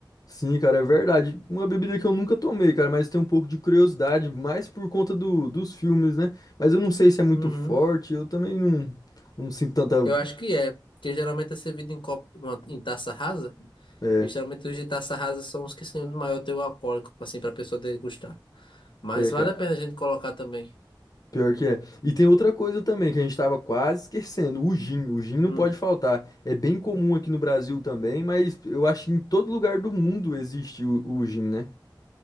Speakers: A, on the left; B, on the left.
A: sim, cara, é verdade. Uma bebida que eu nunca tomei, cara, mas tenho um pouco de curiosidade, mais por conta do, dos filmes, né? Mas eu não sei se é muito
B: Uhum.
A: forte, eu também não, não sinto tanta.
B: Eu acho que é, porque geralmente é servido em copo, uma- em taça rasa.
A: É,
B: E geralmente os de taça rasa são os que têm o maior teor alcoólico, assim, pra pessoa degustar. Mas
A: é,
B: vale
A: cara.
B: a pena a gente colocar também.
A: Pior que é. E tem outra coisa também que a gente estava quase esquecendo, o gin. O gin não
B: Hum.
A: pode faltar. É bem comum aqui no Brasil também, mas eu acho que em todo lugar do mundo existe o, o gin, né?